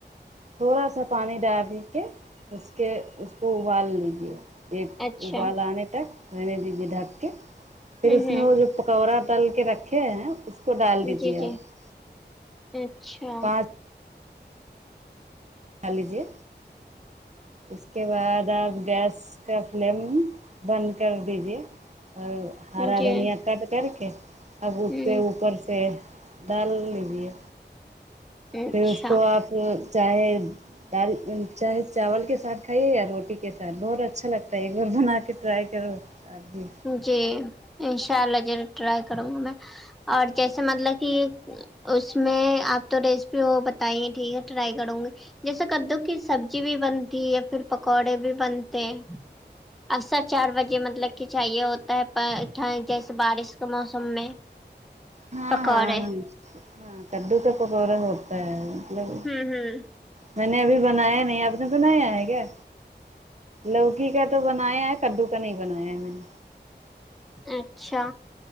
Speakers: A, on the right (about 40°); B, in the centre.
A: تھوڑا سا پانی ڈال بھی کے اس کے اس کو ابال لیجیے ایک
B: اچھا
A: ابال آنے تک رہنے دیجیے ڈھک کے پھر
B: ہوں
A: اس میں
B: ہوں
A: وہ جو کورا تل کے رکھے ہیں اس کو ڈال دیجیے
B: جی جی
A: آپ
B: اچھا
A: پانچ کھا لیجے اس کے بعد آپ گیس اس کا فلیم بند کر دیجے اور ہرا
B: ہوں جی
A: دھنیا کٹ کر کے اب اس
B: ہوں
A: سے اوپر سے ڈال لیجیے
B: اچھا
A: پھر اس کو آپ چاہے دال چاہے چاول کے ساتھ کھائیے یا روٹی کے ساتھ بہت اچھا لگتا ہے ایک بار بنا کے ٹرائی کرو ابھی
B: جی انشاء اللہ ضرور ٹرائی کروں گی میں اور جیسے مطلب کہ اس میں آپ تو ریسیپی وہ بتائیے ٹھیک ہے ٹرائی کروں گی جیسے کدو کی سبزی بھی بنتی یا پھر پکوڑے بھی بنتے ہیں اکثر چار بجے مطلب کھنچا ہائیے ہوتا ہے ٹھنڈ جیسے بارش کے موسم میں
A: ہاں
B: پکوڑے
A: ہاں وہی ہاں کددو کا پکوڑا ہوتا ہے مطلب
B: ہوں ہوں
A: میں نے ابھی بنایا نہیں آپ نے بنایا ہے کیا لوکی کا تو بنایا ہے کدو کا نہیں بنایا ہے میں نے
B: اچھا